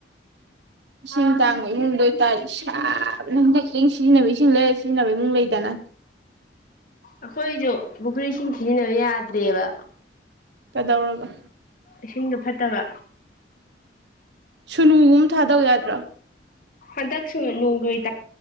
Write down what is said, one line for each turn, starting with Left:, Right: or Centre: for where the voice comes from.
Right: ꯏꯁꯤꯡ ꯇꯥꯡꯕ ꯏꯃꯨꯡꯗ ꯑꯣꯏꯇꯥꯔꯦ ꯏꯁꯅꯟꯗꯤ ꯂ ꯁꯤꯖꯤꯟꯅꯕ ꯏꯁꯤꯡ ꯂꯩꯔ ꯁꯤꯖꯤꯟꯅꯕ ꯏꯃꯨꯡ ꯂꯩꯗꯅ
Left: ꯑꯩꯈꯣꯏꯁꯨ ꯄꯨꯈ꯭ꯔꯤꯁꯤꯡ ꯁꯤꯖꯤꯟꯅꯕ ꯌꯥꯗ꯭ꯔꯦꯕ
Right: ꯀꯗꯧꯔꯒ
Left: ꯏꯁꯤꯡꯗꯣ ꯐꯠꯇꯕ
Right: ꯁꯨꯅꯨꯒꯨꯝ ꯊꯥꯗꯧ ꯌꯥꯗ꯭ꯔꯥ
Left: ꯑꯗꯁꯨ ꯂꯨ ꯑꯣꯏꯣꯏ